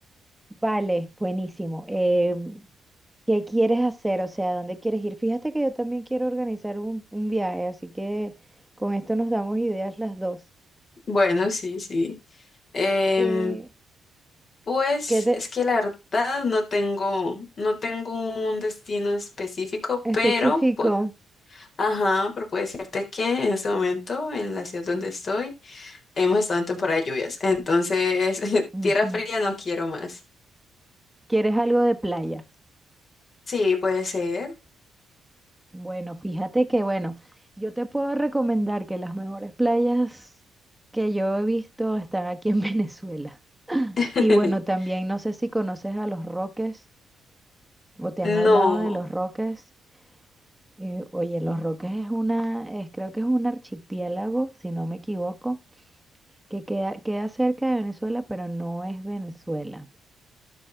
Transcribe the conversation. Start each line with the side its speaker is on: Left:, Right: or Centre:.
Centre: Vale, buenísimo. Eh, ¿qué quieres hacer? O sea, ¿dónde quieres ir? Fíjate que yo también quiero organizar un, un viaje, así que con esto nos damos ideas las dos.
Left: Bueno, sí, sí. Em,
Centre: Eh,
Left: pues
Centre: ¿qué te
Left: es que la verdad no tengo, no tengo un destino específico,
Centre: especifico?
Left: pero pu- ajá, pero puedo decirte que en este momento, en la ciudad donde estoy, Hemos estado en temporada de lluvias, entonces <laughs>
Centre: Ujú.
Left: tierra fría no quiero más.
Centre: ¿Quieres algo de playa?
Left: Sí, puede ser.
Centre: Bueno, fíjate que, bueno, yo te puedo recomendar que las mejores playas que yo he visto están aquí en <laughs> Venezuela.
Left: <laughs>
Centre: Y bueno, también no sé si conoces a Los Roques. O te
Left: No.
Centre: han hablado de los Roques. Eh, oye, los Roques es una, es, creo que es un archipiélago, si no me equivoco, que queda, queda cerca de Venezuela, pero no es Venezuela.